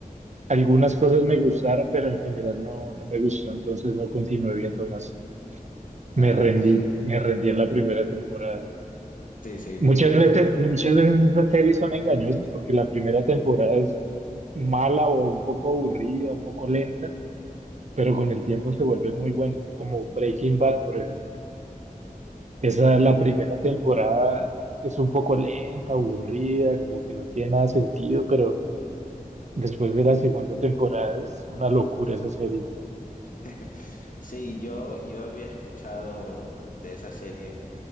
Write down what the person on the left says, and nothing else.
Ah,
ya.
Sí, sí,
yo creo
que,
uy,
<laughs> sí, yo, yo había escuchado de esa serie